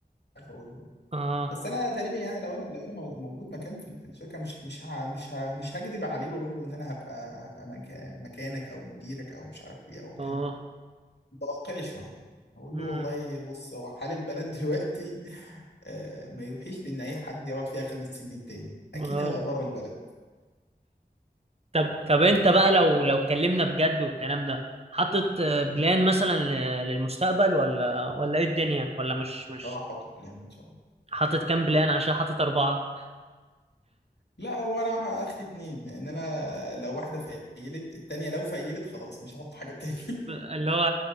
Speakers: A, on the left (about 75°); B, on the right (about 35°).
A: اقول لهم
B: اه
A: بس انا تقريبا يعني لو انا لو انا مو- موجود مكان في ال- في الشركه مش مش ه- مش ه- مش هكدب عليه واقول له ان انا هبقى هبقى مكا- مكانك او مديرك او مش عارف ايه او بتاع
B: اه
A: واقعي شويه اقول
B: امم
A: له والله بص هو حال البلد <laughs> دلوقتي آه، ما يوحيش بان اي حد يقعد فيها خمس سنين تاني اكيد
B: اه
A: هبقى بره البلد
B: طب طب انت بقى
A: اه
B: لو لو اتكلمنا بجد والكلام ده حاطط آه، بلان
A: م.
B: مثلا ل- للمستقبل ولا ولا ايه الدنيا ولا مش مش
A: آه، حاطط بلان ان شاء الله
B: حاطط كام بلان عشان حاطط أربعة
A: لا هو انا اخر اتنين ان انا لو واحده فيلت التانيه لو فيلت خلاص مش هحط حاجه تاني
B: اللي هو